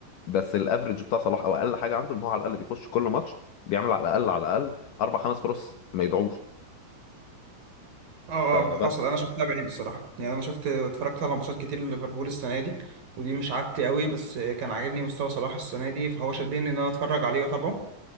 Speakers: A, on the left (about 65°); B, on the right (about 50°).
A: بس الافرج بتاع صلاح او اقل حاجه عنده ان هو على الاقل بيخش كل ماتش بيعمل على الاقل على الاقل اربع خمس فرص ما يضيعوش
B: أه
A: آه،
B: أه حصل
A: بس
B: أنا شفتها بعيني الصراحة يعني أنا شفت اتفرجت على ماتشات كتير لليفربول السنة دي ودي مش عادتي قوي بس كان عاجبني مستوى صلاح السنة دي فهو شدني إن أنا أتفرج عليه وأتابعه